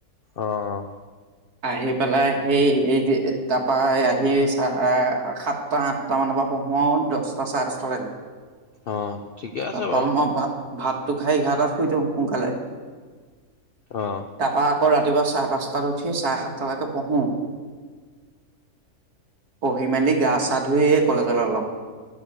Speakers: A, on the left (about 65°); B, on the right (about 75°).
A: অহ।
B: আহি পেলাই সেই এই যে তাৰাপা আহি চা সাতটা আঠটা মান ত পঢ়ো আৰু দশটা চাৰে দশটা লৈকে।
A: অ ঠিকে আছে
B: তাৰপা
A: বাৰু
B: অলপ ভা ভাত তটো খাই এঘাৰটাত শুই দিওঁ সোনকালে।
A: আহ।
B: তাৰপা আকৌ ৰাতিপুৱা চাই পাঁচটাত উঠি চাৰে সাতটালৈকে পঢ়ো। পঢ়ি মেলি গা চা ধুইে কলেজলৈ ওলাওঁ।